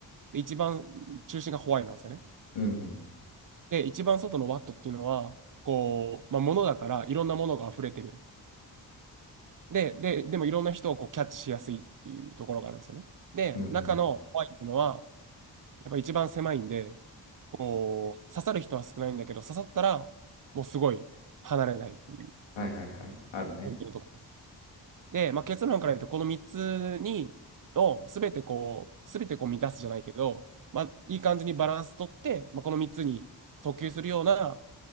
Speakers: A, on the right; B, on the left.
A: で、一番中心がホワイなんですよね。
B: うんうん。
A: で、一番外のワットっていうのは、こう、まあ、物だから、いろんなものが溢れてる。で、で、でもいろんな人をこうキャッチしやすいっていうところがあるんですよね。で、
B: うんうん。
A: 中のホワイっていうのは、やっぱ一番狭いんで、こう、刺さる人は少ないんだけど、刺さったら、もうすごい離れないっていう、
B: はいはいはい。あるね。
A: 本当のところ。で、まあ、結論から言うと、この3つに、をすべてこう、すべてこう満たすじゃないけど、まあ、いい感じにバランス取って、まあ、この3つに訴求するような